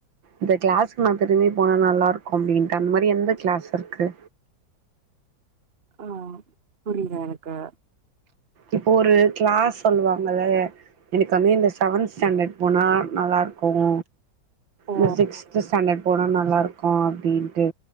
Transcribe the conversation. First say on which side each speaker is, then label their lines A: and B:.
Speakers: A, on the right; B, on the right.
A: இந்த கிளாஸ்கு நான் திரும்பி போன நல்லா இருக்கும் அப்படின்டு அந்த மாரி எந்த கிளாஸ் இருக்கு
B: ஆஹ் புரியல எனக்கு
A: இப்போ ஒரு கிளாஸ் சொல்லுவாங்க எனக்கு அந்து இந்த செவன்த் ஸ்டாண்டர்ட் போனா நல்லாருக்கும்
B: ஓ
A: நான் சிக்ஸ்த் ஸ்டாண்டர்ட் போன லாருக்கும் அப்டின்ட்டு